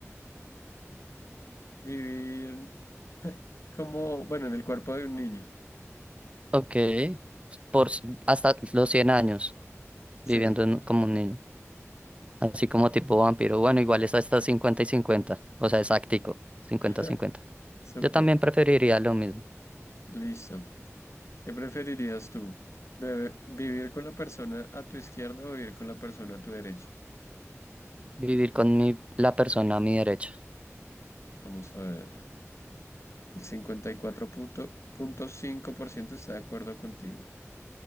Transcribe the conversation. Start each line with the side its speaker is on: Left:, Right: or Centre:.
Left: vivir <laughs> como, bueno, en el cuerpo de un niño.
Right: Ok, por, s- hasta los 100 años
Left: Sí,
Right: viviendo en- como un niño, así como tipo vampiro. Bueno, igual es hasta cincuenta y 50. o sea, exactico, cincuenta
Left: <laughs>
Right: cincuenta.
Left: súper,
Right: Yo también preferiría lo mismo.
Left: listo. ¿Qué preferirías tú? Bebe- ¿Vivir con la persona a tu izquierda o vivir con la persona a tu derecha?
Right: Vivir con mi, la persona a mi derecha.
Left: Vamos a ver. El cincuenta y cuatro punto cinco por ciento está de acuerdo contigo.